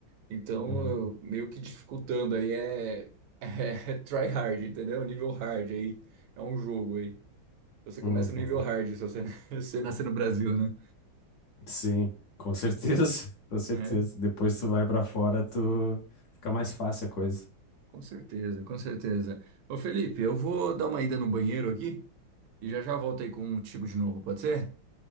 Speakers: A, on the right (about 80°); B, on the left (about 55°).
A: Então,
B: uhum,
A: eu- meio que dificultando aí é, <laughs> é, try hard, entendeu? Nível hard aí. É um jogo aí. Você
B: uhum,
A: começa no nível hard se você, <laughs> você nascer no Brasil, né?
B: sim, com certeza, <laughs> com certeza.
A: É,
B: Depois tu vai pra fora, tu fica mais fácil a coisa.
A: com certeza, com certeza. Ô Felipe, eu vou dar uma ida no banheiro aqui e já já volto aí com o Tigo de novo, pode ser?